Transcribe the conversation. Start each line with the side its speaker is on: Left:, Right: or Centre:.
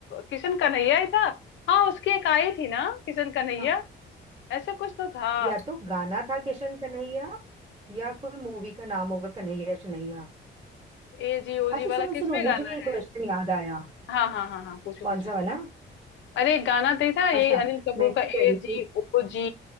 Left: किशन कन्हैया ही था हाँ उसकी एक आई थी ना किशन कन्हैया
Right: हाँ
Left: ऐसे कुछ तो था
Right: या तो गाना था किशन कन्हैया या कोई मूवी का नाम होगा कन्हैया कन्हैया
Left: ए जी ओ
Right: अच्छा
Left: जी वाला
Right: सुनो
Left: किसमें
Right: सुनो मुझे
Left: गाना
Right: एक
Left: है
Right: क्वेश्चन याद आया
Left: हाँ हाँ हाँ हाँ पूछो
Right: कौन
Left: पूछो
Right: सा वाला
Left: अरे एक गाना तो ही था ये
Right: अच्छा
Left: अनिल कपूर
Right: मैं क्या
Left: का
Right: कह
Left: ए
Right: रही थी
Left: जी ओ जी